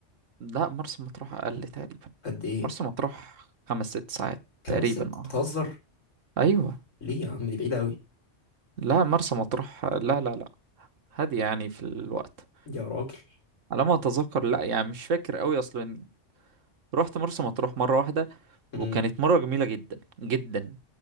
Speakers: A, on the right; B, on the left.
A: لا مرسى مطروح اقل تقريبا
B: قد ايه
A: مرسى مطروح خمس ست ساعات
B: خمس
A: تقريبا
B: ست
A: اه
B: بتهزر
A: ايوه
B: ليه يا عم دي بعيدة أوي
A: لا مرسى مطروح لا لا لا هادية يعني في الوقت
B: دي يا راجل
A: على ما اتذكر لا يعني مش فاكر قوي اصلا رحت مرسى مطروح مرة واحدة وكانت
B: امم
A: مرة جميلة جدا جدا